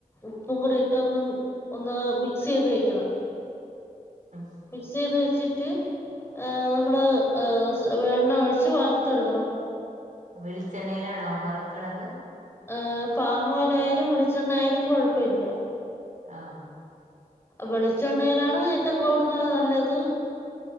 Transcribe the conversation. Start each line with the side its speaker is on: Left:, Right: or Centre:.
Left: ഉപ്പും കൂടി ഇട്ടൊ ഒന്നു ഒന്ന് മിക്സ്യ്ത് വെക്കണം.
Right: ആഹ്
Left: മിക്സ് ചെയ്ത് വെച്ചിട്ട് ആഹ് നമ്മള് ഏഹ് സ് വെണ്ണ ഒഴിച്ച് വർത്തെടുക്കണം
Right: വെളിച്ചെണ്ണയിലാണോ വറുക്കണത്
Left: ആഹ് പാമോയിലായാലും വെളിച്ചെണ്ണ ആയാലും കൊഴപ്പയില്ല
Right: ആഹ്
Left: വെളിച്ചെണ്ണയിലാണ് ഏറ്റവും കൂടുതൽ നല്ലത്